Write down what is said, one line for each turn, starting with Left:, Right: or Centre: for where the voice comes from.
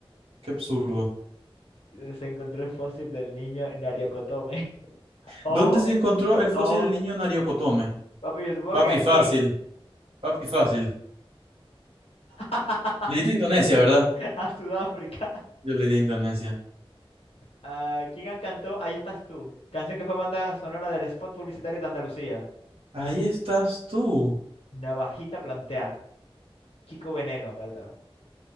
Right: Qué absurdo.
Left: Se encontró el fósil del niño Nariokotome. <laughs> Oh,
Right: ¿Dónde se encontró el fósil
Left: oh.
Right: del niño Nariocotome?
Left: Papi, yo supongo
Right: Papi,
Left: que aquí.
Right: fácil. Papi, fácil.
Left: <laughs>
Right: Le diste a Indonesia, ¿verdad?
Left: A Sudáfrica.
Right: Yo le di a Indonesia.
Left: Ah, ¿quién cantó? Ahí estás tú. Canción que fue banda sonora del spot publicitario de Andalucía.
Right: Ahí estás tú.
Left: Navajita plantea. Kiko Veneno, ¿verdad?